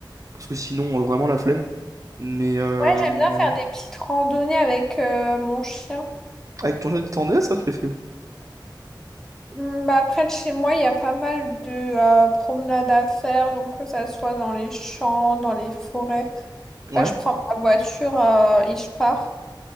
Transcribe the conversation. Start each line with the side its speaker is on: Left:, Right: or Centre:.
Right: Parce que sinon, euh, vraiment la flemme. Mais, euh,
Centre: Ouais, j'aime
Right: mais
Centre: bien faire
Right: ouais.
Centre: des petites randonnées avec euh, mon chien.
Right: Avec ton jeune, tu t'en es, ça, tu les fais où?
Centre: Hmm, Bah après, de chez moi, il y a pas mal de euh, promenades à faire, donc que ça soit dans les champs, dans les forêts.
Right: Ouais.
Centre: Bah, je prends ma voiture euh, et je pars.